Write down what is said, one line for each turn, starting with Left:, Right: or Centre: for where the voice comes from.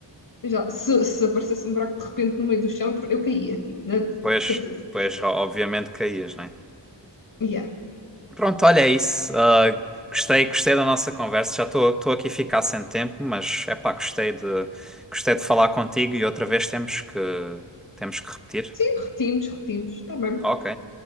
Left: Eu Já, se, se aparecesse um buraco de repente no meio do chão, eu caía, tipo, na-
Centre: Pois,
Left: de certeza.
Centre: pois, o- obviamente caías, né?
Left: Yeah.
Centre: Pronto, olha, é isso. Ah, gostei, gostei da nossa conversa. Já estou aqui a ficar sem tempo, mas é pá, gostei de, gostei de falar contigo e outra vez temos que, temos que repetir.
Left: Sim, repetimos, repetimos, está bem.
Centre: Ok,